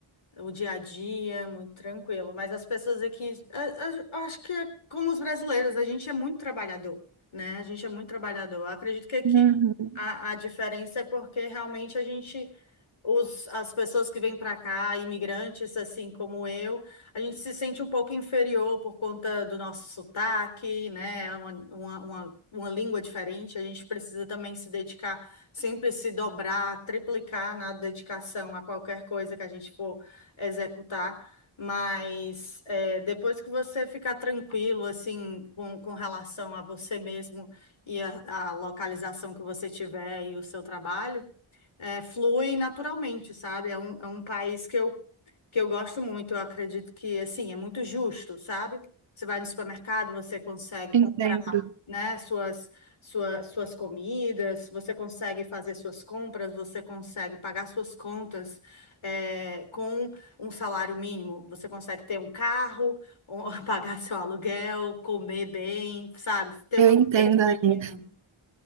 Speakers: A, on the left; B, on the right.
A: o dia a dia, é muito tranquilo. Mas as pessoas aqui, a- a- eu acho que é como os brasileiros, a gente é muito trabalhador, né? A gente é muito trabalhador. Eu acredito que aqui
B: Uhum.
A: a, a diferença é porque realmente a gente os, as pessoas que vêm para cá, imigrantes assim como eu, a gente se sente um pouco inferior por conta do nosso sotaque, né? É Uma, uma, uma, uma língua diferente, a gente precisa também se dedicar, sempre se dobrar, triplicar na dedicação a qualquer coisa que a gente for executar. Mas é, depois que você ficar tranquilo, assim, com, com relação a você mesmo e a a localização que você tiver e o seu trabalho, é, flui naturalmente, sabe? É um, é um país que eu, que eu gosto muito. Eu acredito que, assim, é muito justo, sabe? Você vai no supermercado, você consegue
B: Entendo.
A: comprar, né, suas, sua, suas comidas, você consegue fazer suas compras, você consegue pagar suas contas, é, com um salário mínimo. Você consegue ter um carro, ou <laughs> pagar seu aluguel, comer bem, sabe? Ter
B: Eu
A: uma
B: entendo,
A: vida digna.
B: Aline.